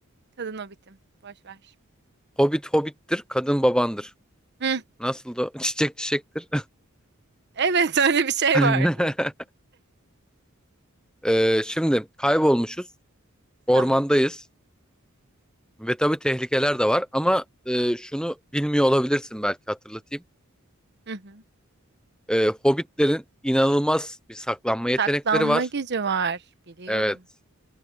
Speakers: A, on the right (about 55°); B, in the centre.
A: Kadın hobitim. Boş ver.
B: Hobbit hobbittir, kadın babandır.
A: Hı.
B: Nasıl da <laughs> çiçek çiçektir.
A: Evet, <laughs> öyle bir şey
B: <laughs>
A: vardı.
B: Ee, şimdi kaybolmuşuz, ormandayız
A: Tamam.
B: ve tabii tehlikeler de var ama e, şunu bilmiyor olabilirsin belki hatırlatayım.
A: Hı hı.
B: Ee, hobbitlerin inanılmaz bir saklanma yetenekleri
A: Saklanma
B: var.
A: gücü var. Biliyorum.
B: Evet.